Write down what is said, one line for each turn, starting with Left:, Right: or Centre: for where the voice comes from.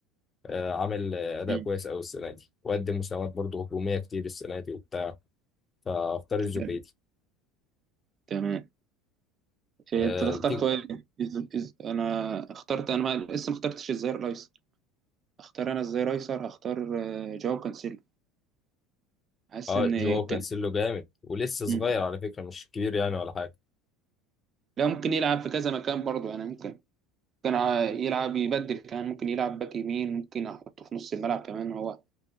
Left: آه، عامل آه، اداء
Right: مم.
Left: كويس قوي السنة دي وقدم مساهمات برضه هجومية كتير السنة دي وبتاع فاختار الزبيدي
Right: حلو. تمام إيه،
Left: آه،
Right: انت اخترت
Left: تيجي
Right: ايه إز- إز- انا اخترت انا ما لسه ما اخترتش الظهير الايسر اختار انا الظهير الايسر هختار آه، جواو كانسيلو حاسس
Left: اه
Right: ان
Left: جواو كانسيلو
Right: كان
Left: جامد ولسه صغير
Right: مم.
Left: على فكرة مش كبير يعني ولا حاجة
Right: لا ممكن يلعب في كذا مكان برضه يعني ممكن كان ع- يلعب يبدل كمان ممكن يلعب باك يمين ممكن احطه في نص الملعب كمان هو